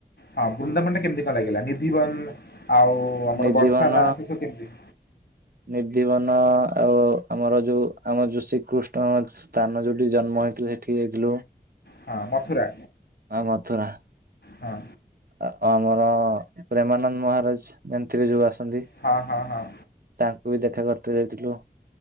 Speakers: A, on the left; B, on the right.
A: ହଁ ବୃନ୍ଦାବନ ଟା କେମିତି କଣ ଲାଗିଲା ନିଧିବନ ଆଉ ଆମର
B: ନିଧିବନ
A: ବର୍ସାନା ସେ ସବୁ କେମିତି?
B: ନିଧିବନ ଆଉ ଆମର ଯୋଉ ଆମର ଯୋଉ ଶ୍ରୀକୃଷ୍ଣ ସ୍ଥାନ ଯୋଉଠି ଜନ୍ମ ହେଇଥିଲେ ସେଠିକି ଯାଇଥିଲୁ।
A: ହଁ ମଥୁରା।
B: ଆଉ ମଥୁରା
A: ହଁ
B: ଆଉ ଆମର ପ୍ରେମାନନ୍ଦ ମହାରାଜ ଜାଣିଥିବେ ଯୋଉ ଆସନ୍ତି?
A: ହଁ ହଁ ହଁ।
B: ତାଙ୍କୁ ବି ଦେଖା କରିତେ ଯାଇଥିଲୁ।